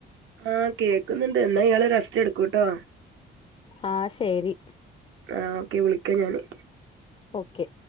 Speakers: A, on the right (about 80°); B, on the left (about 30°).
A: ആഹ് കേക്കുന്നുണ്ട് എന്നാ ഇയാള് റെസ്റ്റ് എടുക്കുട്ടോ.
B: ആഹ് ശരി.
A: ആ ഓക്കെ വിളിക്കാ ഞാന്.
B: ഓക്കെ.